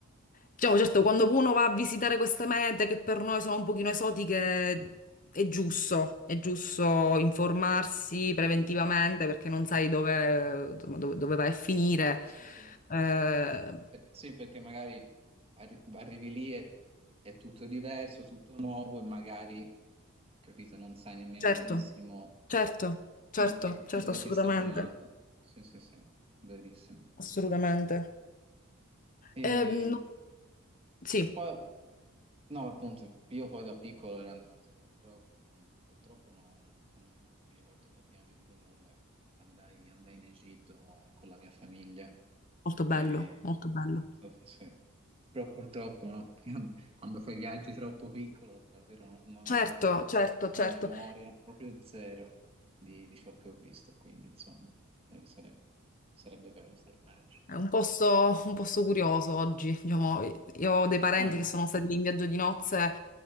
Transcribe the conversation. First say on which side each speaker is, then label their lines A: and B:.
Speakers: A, on the left; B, on the right.
A: Diciamo, certo, quando uno va a visitare queste mete che per noi sono un pochino esotiche, è giusto, è giusto informarsi preventivamente
B: sì,
A: perché non sai dove, dove, dove vai a finire.
B: sì, sì, sì.
A: Eh,
B: Perché, sì, perché magari arri- arrivi lì e è tutto diverso, tutto nuovo e magari, capito, non sai nemmeno
A: Certo,
B: benissimo
A: certo, certo,
B: in che-
A: certo,
B: dove
A: assolutamente,
B: ti stai trovando. Sì, sì, sì, verissimo.
A: assolutamente.
B: E
A: Ehm, no, sì,
B: Poi, no, appunto, io poi da piccolo ero andato, però mh, purtroppo no- no- no, non mi ricordo praticamente nulla. Andai, andai in Egitto con, con la mia famiglia
A: molto bello,
B: e
A: molto bello.
B: so- se- però purtroppo no, <laughs> Quando fai viaggi troppo piccolo davvero no- non
A: Certo,
B: ho nessunissima
A: certo, certo.
B: memoria, proprio zero di, di ciò che ho visto, quindi insomma eh, sarebbe, sarebbe bello tornarci.
A: È un posto, un posto curioso oggi, diciamo, io ho dei parenti
B: Eh,
A: che sono stati lì in viaggio di nozze,